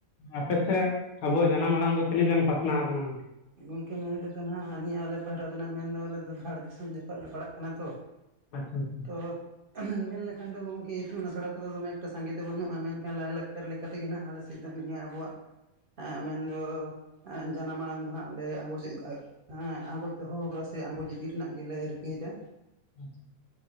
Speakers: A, on the left; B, on the right.
A: ᱟᱯᱮᱥᱮᱜ ᱟᱵᱚᱣᱟᱜ ᱡᱟᱱᱟᱢ ᱟᱲᱟᱝ ᱫᱚ ᱛᱤᱱᱟᱹᱜ ᱜᱟᱱ ᱯᱟᱥᱱᱟᱣ ᱟᱠᱟᱱᱟ?
B: ᱜᱚᱝᱠᱮ ᱢᱮᱱᱛᱮᱫᱚ ᱱᱟᱜ ᱱᱤᱭᱟᱹ ᱟᱞᱮ ᱯᱟᱦᱴᱟ ᱫᱚ ᱱᱟᱜ ᱢᱮᱱ ᱛᱮᱫᱚ ᱟᱞᱮ ᱫᱚ ᱫᱷᱟᱲ ᱫᱤᱥᱚᱢ ᱡᱟᱯᱟᱜ ᱞᱮ ᱯᱟᱲᱟᱜ ᱠᱟᱱᱟ ᱛᱚ,
A: ᱟᱪᱪᱷᱟ ᱟᱪᱪᱷᱟ
B: ᱚᱻ ᱢᱮᱱ ᱞᱮᱠᱷᱟᱱ ᱫᱚ ᱜᱚᱢᱠᱮ ᱤᱛᱩᱱ ᱟᱥᱲᱟ ᱠᱚᱫᱚ ᱫᱚᱢᱮ ᱮᱠᱴᱟ ᱥᱟᱸᱜᱮ ᱫᱚ ᱵᱟᱹᱱᱩᱜ-ᱟ ᱢᱮᱱᱠᱷᱟᱱ ᱞᱟᱭᱞᱟᱠᱪᱟᱨ, ᱞᱮᱠᱟ ᱠᱟᱛᱮᱜᱮ ᱱᱟᱦᱟᱜ ᱟᱞᱮᱥᱮᱫ ᱫᱚ ᱱᱤᱭᱟᱹ ᱟᱵᱚᱣᱟᱜ ᱢᱮᱱᱫᱚ ᱡᱟᱱᱟᱢ ᱟᱲᱟᱝ ᱫᱚ ᱱᱟᱦᱟᱜ, ᱟᱞᱮᱭᱟᱜ ᱟᱸᱜᱚᱡᱫᱟ ᱟᱸᱜᱚᱪ ᱫᱚᱦᱚ ᱠᱟᱫᱟ ᱥᱮ ᱟᱸᱜᱚᱪ ᱤᱫᱤ ᱨᱮᱱᱟᱜ ᱜᱮᱞᱮ ᱨᱤᱠᱟᱹᱭᱮᱫᱟ,
A: ᱟᱪᱪᱷᱟ